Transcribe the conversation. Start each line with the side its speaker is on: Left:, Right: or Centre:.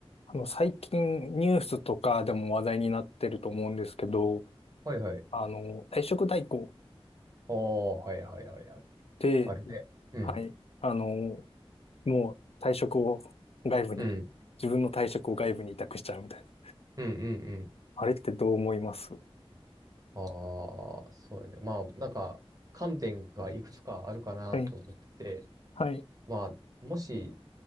Left: あの、最近ニュースとかでも話題になってると思うんですけど、
Right: はいはい。
Left: あの、退職代行っ
Right: ああ、はいはいはいはい。
Left: て、
Right: あるね。うん。
Left: はい、あの、もう退職を外部に、
Right: うん。
Left: 自分の退職を外部に委託しちゃうみたいな。
Right: うんうんうん。
Left: あれってどう思います
Right: ああ、そうやね。まあ、なんか、観点がいくつかあるかなと思ってて、
Left: はい、はい、
Right: まあ、もし、